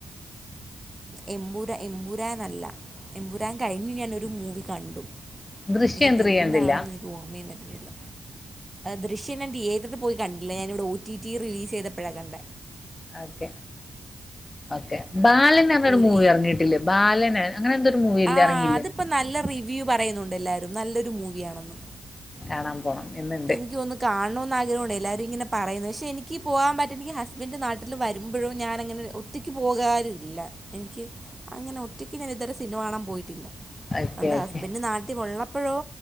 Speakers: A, on the right (about 15°); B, on the left (about 30°).
A: എംബുര എംബുരാൻ അല്ല എംബുരാൻ കഴിഞ്ഞ് ഞാനൊരു മൂവി കണ്ടു.
B: ദൃശ്യം
A: എനിക്കതെന്താണെന്ന്
B: ത്രീ കണ്ടില്ല
A: എനിക്ക് ഓർമ്മയും വരുന്നില്ല. ദൃശ്യം രണ്ട് തിയേറ്ററിൽ പോയി കണ്ടില്ല ഞാനിവിടെ ഒ ടി ടി റിലീസ് ചെയ്തപ്പോഴാ കണ്ടേ.
B: ഓക്കെ ഓക്കെ ബാലൻ എന്ന് പറഞ്ഞൊരു
A: ഒരു
B: മൂവി ഇറങ്ങിയിട്ടില്ലേ ബാലന്. അങ്ങനെ എന്തൊരു മൂവി. ഇല്ല
A: ആഹ്
B: ഇറങ്ങിയില്ലേ
A: അതിപ്പോ നല്ല റിവ്യൂ പറയുന്നുണ്ട് എല്ലാരും നല്ലൊരു മൂവിയണെന്ന്.
B: കാണാം. പോണം എന്നിട്ട്
A: എനിക്ക് തോന്നത് കാണണോന്ന് ആഗ്രഹുണ്ട് എല്ലാരും ഇങ്ങനെ പറയുന്നത് ശ്ശെ എനിക്ക് പോകൻ പറ്റും നിക്ക് ഹസ്ബൻ് നാട്ടിൽ വരുമ്പൊഴും ഞാനങ്ങനെ. ഒറ്റയ്ക്ക് പോകാരുല്ലാ എനിക്ക് അങ്ങനെ ഒറ്റയ്ക്ക് ഞാൻ ഇത്വരെ സിന്മ കാണാൻ പോയിട്ടില്ല.
B: ഓക്കെ
A: എന്റെ
B: ഓക്കെ
A: ഹസ്ബൻഡ് നാട്ടിൽ ഒള്ളപ്പൊഴോ